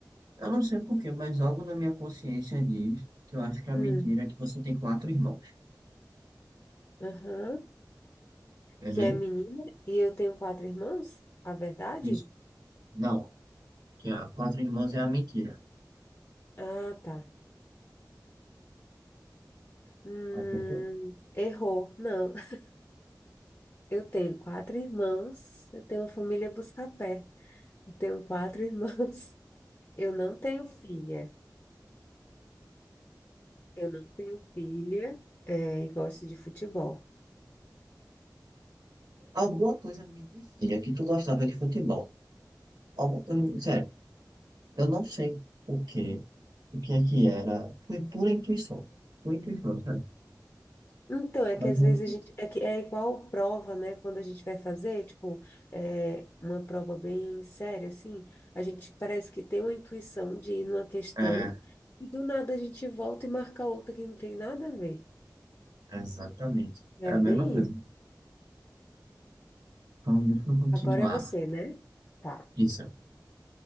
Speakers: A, on the right; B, on the left.
A: Eu não sei por quê, mas algo na minha consciência diz que eu acho que é a
B: Hum.
A: mentira é que você tem quatro irmãos.
B: Aham.
A: Errei?
B: Que é menina e eu tenho quatro irmãos? A verdade?
A: Isso. Não. Que a quatro irmãos é a mentira.
B: Ah, tá. Hum,
A: Acertei?
B: errou. Não. <laughs> Eu tenho quatro irmãos. Eu tenho uma família busca-pé. Eu tenho quatro <laughs> irmãos. Eu não tenho filha. Eu não tenho filha, é, e gosto de futebol.
A: Alguma coisa me dizia que tu gostava de futebol. Alguma coisa, sério, eu não sei o que o que é que era. Foi pura intuição. pura intuição, sabe?
B: Então, é
A: Mas
B: que às
A: não.
B: vezes a gente. É, que é igual prova, né? Quando a gente vai fazer, tipo, é, uma prova bem séria, assim, a gente parece que tem uma intuição de ir numa questão
A: É,
B: e do nada a gente volta e marca outra que não tem nada a ver.
A: exatamente.
B: É
A: É a
B: bem
A: mesma coisa.
B: isso.
A: Então, deixa eu continuar.
B: Agora é você, né? Tá.
A: Isso.